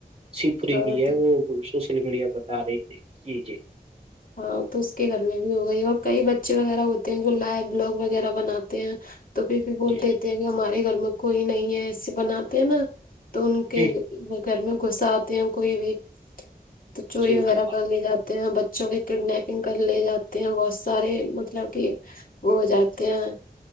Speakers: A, on the right; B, on the left.
A: سپری
B: ہاں
A: بھی ہے
B: تو
A: وہ سوشل میڈیا بتا رہی تھے جی جی
B: ہاں تو اس کے گھر میں بھی ہو گئی اور کئی بچے وغیرہ ہوتے ہیں جو لائو بلاگ وغیرہ بناتے ہیں تو پھر بھی بول
A: جی
B: دیتے ہیں کہ ہمارے گھر میں کوئی نہیں ہے ایسے بناتے ہیں نا تو ان کے
A: جی
B: گھر میں غصہ آتے ہیں کوئی بھی تو چوری
A: جی
B: وغیرہ
A: جی
B: کر لے جاتے ہیں بچوں کی کڈنیپنگ کر لے جاتے ہیں بہت سارے مطلب کہ وہ ہو جاتے ہیں